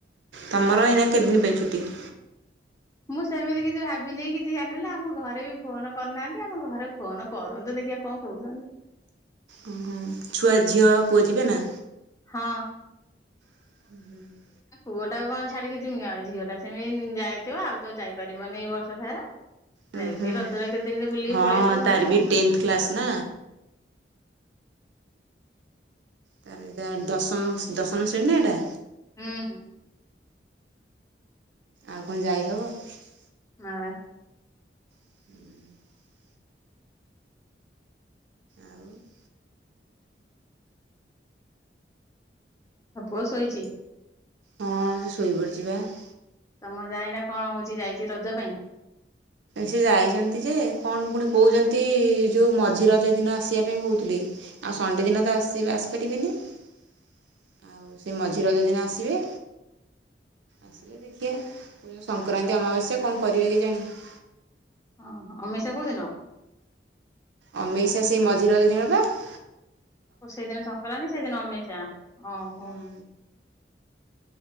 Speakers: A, on the right; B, on the left.
A: ତମର ଏଇନା କେତେ ଦିନ ପାଇଁଛଟି <unintelligible>
B: ମୁଁ ସେମିତି କିଛି ଭାବିନି କିଛି ଜାଣିଲେ ଆମ ଘରେ ବି ଫୋନ କରିନାହାନ୍ତି ଆମ ଘରେ ଫୋନ କରନ୍ତୁ ଦେଖିବା କଣ କହୁଛନ୍ତି।
A: ଓହୋ ଛୁଆ ଝିଅ ପୁଅ ଯିବେ ନା।
B: ହଁ।
A: <unintelligible>
B: ପୁଅଟାକୁ କଣ ଛାଡିକି ଜିମି ଝିଅ ଟା ସେମିତି ଯାଇଥିବ ଆଉ ତ ଯାଇପାରିବନି ଏଇ ବର୍ଷ ସାରା
A: ହୁଁ
B: ଯାଇ
A: ହୁଁ
B: ସେଇ ରଜରେ କେତେ ଦିନରେ ବୁଲିକି
A: ହଁ
B: ପଳେଇ ଆସିବ
A: ତାର
B: ସରିଲା
A: ବି
B: ଆଉ।
A: ଟେନ୍ଥ କ୍ଲାସ୍ ନା ତାର ଏ ଦଶମ ଦଶମ ଶ୍ରେଣୀ ନା ଏଟା
B: ହୁଁ।
A: ଆଉ କଣ ଯାଇହବ ।
B: ହଁ ।
A: <unintelligible> ଆଉ ।
B: ପୁଅ ଶୋଇଛି ।
A: ହଁ ସେ ଶୋଇପଡ଼ିଛିି ବା ।
B: ତମ ଯାଇନା କଣ ହଉଛି ଯାଇଛି ରଜ ପାଇଁ ।
A: ସେ ଯାଇଛନ୍ତି ଯେ କଣ ପୁଣି କହୁଛନ୍ତି ଯୋଉ ମଝି ରଜ ଦିନ ଆସିବା ପାଇଁ କହୁଥିଲେ । ଆଉ ସନଡେ
B: ହୁଁ।
A: ଦିନ ତ ଆସିବେ ଆସି ପାରିବେନି । ଆଉ ସ ସେ ମଝି ରଜ ଦିନ ଆସିବେ ଆସିଲେ ଦେଖିବା ସଂକ୍ରାନ୍ତି ଅମାବାସ୍ୟା କଣ କରିବେ କେ ଜାଣି ।
B: ଓ ଅମେଇସିଆ କୋଉଦିନ?
A: ଅମେଇସି ଆ ସେଇ ମଝି ରଜ ଦିନ ପା ।
B: ଓ ସେଇଦିନ ସଂକ୍ରାନ୍ତି ସେଇଦିନ ଅମିଷା ଓହୋ
A: ହୁଁ
B: ।